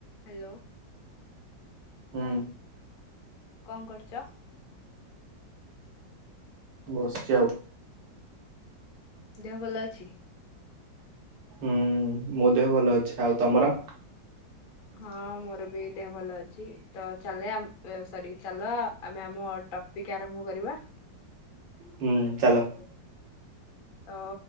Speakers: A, on the left; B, on the right.
A: Hello
B: ହୁଁ
A: କଣ କରୁଛ
B: ବସିଯଉ
A: ଦେହ ଭଲ ଅଛି
B: ହୁଁ ମୁଁ ଦେହ ଭଲ ଅଛି ଆଉ ତମର
A: ହଁ ମୋର ବି ଦେହ ଭଲ ଅଛି ତ ଚାଲେ ସରି ଚାଲ ଆମେ ଆମ ଟପିକ ଆରମ୍ଭ କରିବା
B: ହୁଁ ଚାଲ
A: ତ